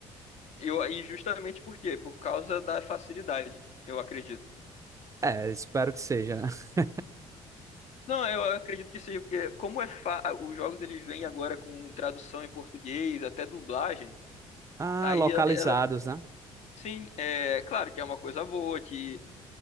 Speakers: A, on the left; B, on the right.
A: Eu, e justamente por quê? Por causa da facilidade, eu acredito.
B: É, espero que seja, né? <laughs>
A: Não, eu acredito que seja, porque como é fa... os jogos eles vêm agora com tradução em português, até dublagem,
B: Ah,
A: aí
B: localizados,
A: ela, ela-
B: né?
A: sim, é claro que é uma coisa boa, que